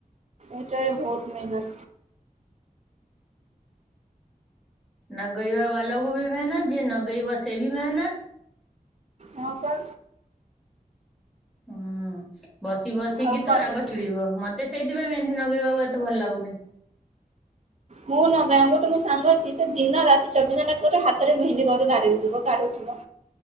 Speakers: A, on the right; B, in the centre.
A: ଏଟାରେ ବହୁତ ମେହନତ।
B: ନଗେଇବା ବାଲାକୁ ବି ମେହନତ, ଯିଏ ନଗେଇବ ସିଏ ବି ମେହନତ
A: ହଁ ପା।
B: ହୁଁ, ବସି ବସିକି
A: ଆଉ କରିଛି।
B: ତ ରାଗ ଚିଡିବ। ମତ୍ ତ ସେଇଥିପାଇଁ ମେହେନ୍ଦି ନଗେଇବାକୁ ଏତେ ଭଲ ଲାଗୁନି।
A: ମୁଁ ନଗାଏ, ଗୋଟେ ମୋ ସାଙ୍ଗ ଅଛି, ସେ ଦିନ ରାତି ଚବିଶ ଘଣ୍ଟା ପରେ ହାତରେ ମେହେନ୍ଦି ଘରୁ ଗାରଉଥିବ ଗାରଉଥିବ।